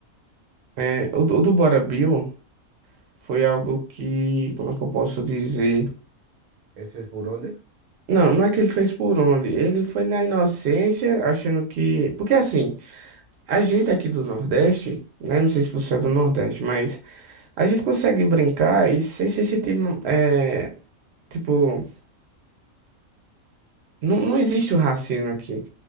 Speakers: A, on the right; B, on the right.
A: é, o, do- o do Bora Bill. Foi algo que, como é que eu posso dizer?
B: Ele fez por onde?
A: Não, não é que ele fez por onde. Ele foi na inocência, achando que. Porque assim, a gente aqui do Nordeste, né? Não sei se você é do Nordeste, mas a gente consegue brincar e sem se sentir. É, tipo, não, não existe o racismo aqui.